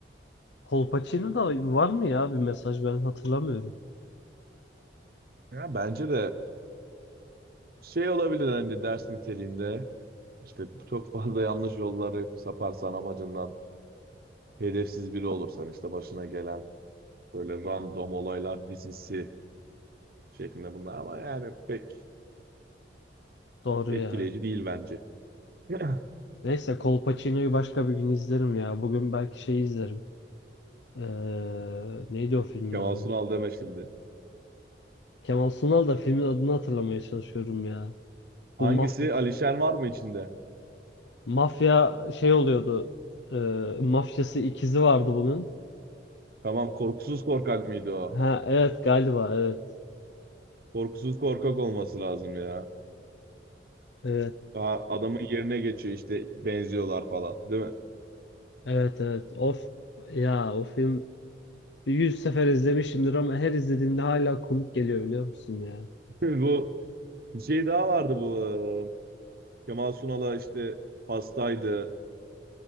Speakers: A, on the left; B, on the right.
A: Kolpaçino da var mı ya bir mesaj ben hatırlamıyorum.
B: Ya bence de şey olabilir hani ders niteliğinde işte çok fazla yanlış yollara hep saparsan amacından hedefsiz biri olursan işte başına gelen Böyle random olaylar dizisi şeklinde bunlar ama yani pek
A: Doğru
B: etkileyici
A: ya.
B: değil bence. <clears throat>
A: Neyse Kolpaçino'yu başka bir gün izlerim ya. Bugün belki şey izlerim. Ee, neydi o filmin
B: Kemal
A: adı?
B: Sunal deme şimdi.
A: Kemal Sunal da filmin adını hatırlamaya çalışıyorum ya.
B: Hangisi?
A: Bu mafya
B: Alişen var mı içinde?
A: mafya şey oluyordu. Ee, mafyası ikizi vardı bunun.
B: Tamam Korkusuz Korkak mıydı o?
A: Ha evet galiba evet.
B: Korkusuz Korkak olması lazım ya.
A: Evet.
B: Daha adamın yerine geçiyor işte benziyorlar falan değil mi?
A: Evet evet. Of ya o film 100 sefer izlemişimdir ama her izlediğimde hala komik geliyor biliyor musun ya?
B: <laughs> Bu bir şey daha vardı bu. e, Kemal Sunal'a işte hastaydı.